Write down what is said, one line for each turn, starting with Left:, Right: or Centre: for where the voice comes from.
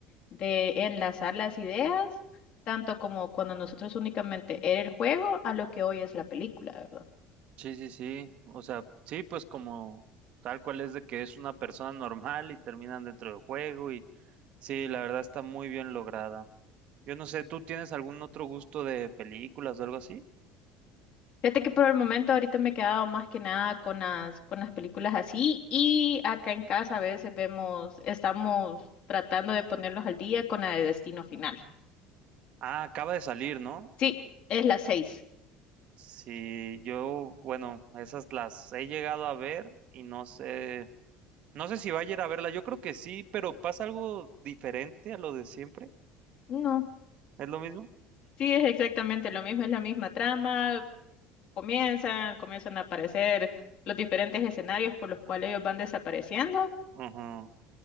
Left: de enlazar las ideas, tanto como cuando nosotros únicamente era el juego a lo que hoy es la película, ¿verdad?
Right: Sí, sí, sí, o sea, sí, pues como tal cual es de que es una persona normal y terminan dentro del juego y sí, la verdad está muy bien lograda. Yo no sé, ¿tú tienes algún otro gusto de películas o algo así?
Left: Fíjate que por el momento ahorita me he quedado más que nada con las, con las películas así y acá en casa a veces vemos, estamos tratando de ponerlos al día con la de Destino Final.
Right: Ah, acaba de salir, ¿no?
Left: Sí, es la seis.
Right: Sí, yo, bueno, esas las he llegado a ver y no sé, no sé si va a ir a verla, yo creo que sí, pero pasa algo diferente a lo de siempre,
Left: No.
Right: ¿es lo mismo?
Left: Sí, es exactamente lo mismo, es la misma trama, comienzan, comienzan a aparecer los diferentes escenarios por los cuales ellos van desapareciendo,
Right: Ujú.